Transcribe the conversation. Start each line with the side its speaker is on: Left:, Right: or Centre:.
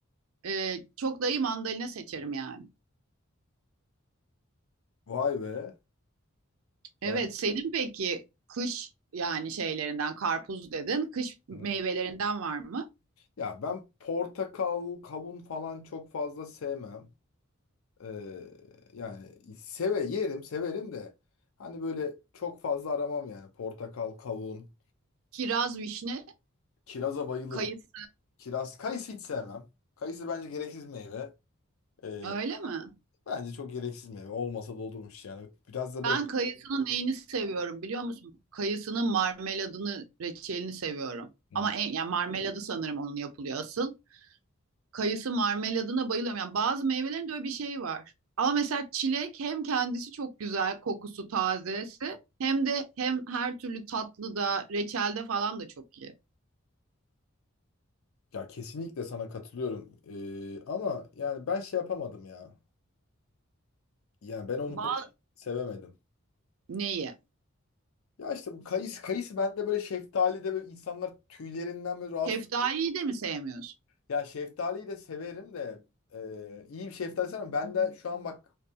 Right: Ee, çok dayı mandalina seçerim yani.
Left: Vay be.
Right: Evet
Left: Yani,
Right: senin peki kış yani şeylerinden karpuz dedin kış meyvelerinden
Left: Hı.
Right: var mı?
Left: ya ben portakal, kavun falan çok fazla sevmem. Ee, yani seve yerim severim de hani böyle çok fazla aramam yani portakal, kavun,
Right: Kiraz, vişne,
Left: kiraza bayılırım.
Right: kayısı
Left: Kiraz, kayısı hiç sevmem. Kayısı bence gereksiz meyve. Ee,
Right: öyle mi?
Left: bence çok gereksiz meyve. Olmasa da olurmuş yani. Biraz da
Right: Ben
Left: böyle
Right: kayısının neyini seviyorum biliyor musun? Kayısının marmeladını, reçelini seviyorum.
Left: Hmm.
Right: Ama en, yani marmeladı sanırım onun yapılıyor asıl. Kayısı marmeladına bayılıyorum. Yani bazı meyvelerin de öyle bir şeyi var. Ama mesela çilek hem kendisi çok güzel kokusu tazesi hem de hem her türlü tatlıda reçelde falan da çok iyi.
Left: Ya kesinlikle sana katılıyorum. Ee, ama yani ben şey yapamadım ya. Yani ben onu
Right: Ba-
Left: pek sevemedim.
Right: Neyi?
Left: Ya işte bu kayısı, kayısı bende böyle şeftali de böyle insanlar tüylerinden böyle rahatsız
Right: Şeftaliyi de mi sevmiyorsun?
Left: Ya şeftaliyi de severim de e, iyi bir şeftali sana. Ben de şu an bak